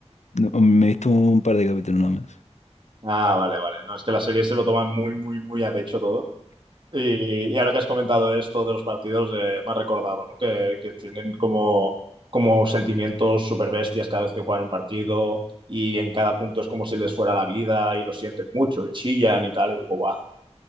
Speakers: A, on the left; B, on the right.
A: no, me he visto un par de capítulos nomás.
B: Ah, vale, vale. No, es que las series se lo toman muy, muy, muy a pecho todo. Y, y ahora que has comentado esto de los partidos, eh, me has recordado, ¿no? Que, que tienen como, como sentimientos súper bestias cada vez que juegan un partido y en cada punto es como si les fuera la vida y lo sienten mucho y chillan y tal. Y digo, guau.